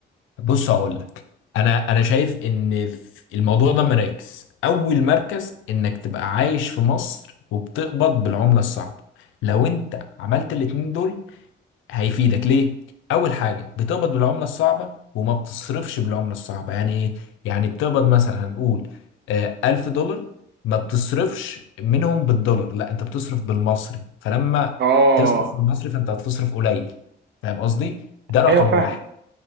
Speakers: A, on the left; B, on the right.
A: بص هقول لك انا انا شايف ان في الموضوع ده مراكز اول مركز انك تبقى عايش في مصر وبتقبض بالعمله الصعبه لو انت عملت الاتنين دول هيفيدك ليه؟ أول حاجة بتقبض بالعملة الصعبة وما بتصرفش بالعملة الصعبة يعني إيه؟ يعني بتقبض مثلا هنقول آه، ألف دولار ما بتصرفش منهم بالدولار لا أنت بتصرف بالمصري فلما
B: اه
A: تصرف بالمصري فأنت هتصرف قليل فاهم قصدي؟ ده رقم
B: ايوه فاهم
A: واحد